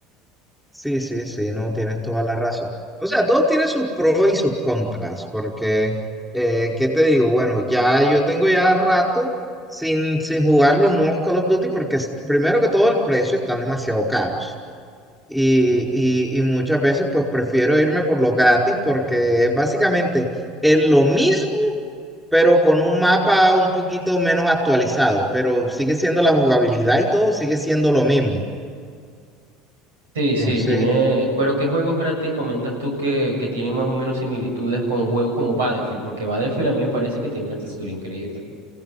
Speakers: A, in the centre; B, on the right.
A: Sí, sí, sí, no, tienes toda la razón. O sea, todos tienen sus pros y sus contras, porque, eh, ¿qué te digo? Bueno, ya yo tengo ya rato sin, sin jugar los nuevos Call of Duty, porque es- primero que todo el precio están demasiado caros. Y,
B: Sí.
A: y, y muchas veces pues prefiero irme por los gratis, porque es básicamente es lo mismo, pero con un mapa un poquito menos actualizado, pero sigue siendo la jugabilidad y todo, sigue siendo lo mismo.
B: Sí, sí,
A: Entonces,
B: tiene. Pero ¿qué juegos gratis comentas tú que, que tienen más o menos similitudes con juegos como Battlefield? Porque Battlefield a mí me parece que tiene una estructura increíble.